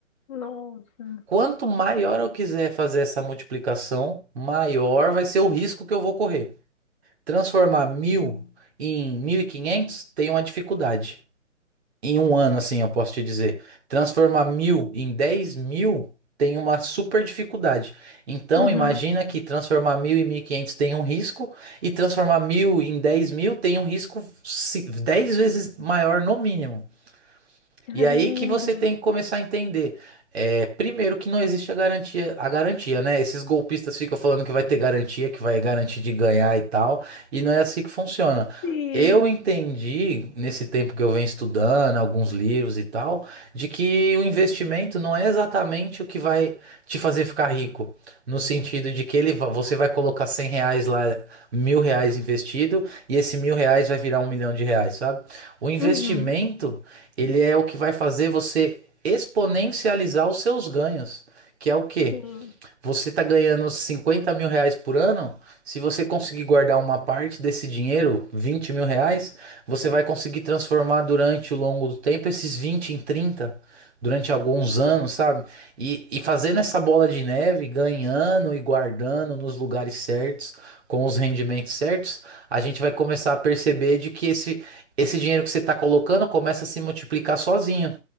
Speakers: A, on the left; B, on the right.
A: Nossa.
B: Quanto maior eu quiser fazer essa multiplicação, maior vai ser o risco que eu vou correr. Transformar mil em 1.500 tem uma dificuldade em um ano, assim, eu posso te dizer, transformar mil em 10 mil tem uma super dificuldade. Então,
A: Uhum.
B: imagina que transformar mil em 1.500 tem um risco, e transformar mil em 10 mil tem um risco ci- 10 vezes maior no mínimo.
A: Caramba.
B: E aí que você tem que começar a entender. É, primeiro que não existe a garantia, a garantia, né? Esses golpistas ficam falando que vai ter garantia, que vai garantir de ganhar e tal, e não é assim que funciona.
A: Sim.
B: Eu entendi, nesse tempo que eu venho estudando, alguns livros e tal, de que o investimento não é exatamente o que vai te fazer ficar rico. No sentido de que ele, va- você vai colocar 100 reais lá, mil reais investido, e esse mil reais vai virar um milhão de reais, sabe? O investimento
A: Uhum.
B: ele é o que vai fazer você exponencializar os seus ganhos, que é o quê?
A: Sim.
B: Você tá ganhando 50 mil reais por ano. Se você conseguir guardar uma parte desse dinheiro, 20 mil reais, você vai conseguir transformar durante o longo do tempo esses 20 em 30 durante alguns anos, sabe? E, e fazendo essa bola de neve, ganhando e guardando nos lugares certos, com os rendimentos certos, a gente vai começar a perceber de que esse, esse dinheiro que você está colocando começa a se multiplicar sozinho.